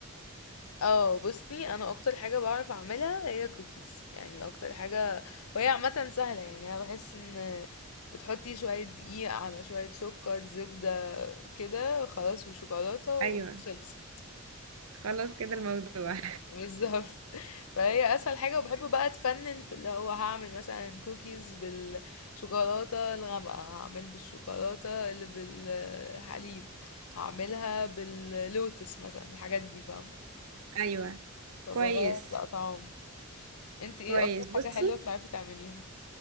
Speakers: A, on the left; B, on the right.
A: اه بصي انا اكتر حاجة بعرف اعملها هي كوكيز يعني اكتر حاجة وهي عامة سهلة يعني انا بحس ان بتحطي شوية دقيق على شوية سكر زبدة كده خلاص وشوكولاتة وخلص
B: ايوه خلاص كده الموضوع
A: بالظبط فهي اسهل حاجة وبحب بقى اتفنن في اللي هو هعمل مثلا كوكيز بالشوكولاتة الغامقة هعمل بالشوكولاتة اللي بالحليب هعملها باللوتس مثلا الحاجات دي فاهمة
B: <laughs> ايوه
A: فبغير
B: كويس
A: الاطعام انت ايه
B: كويس
A: اكتر
B: بصي
A: حاجة حلوة بتعرفي تعمليها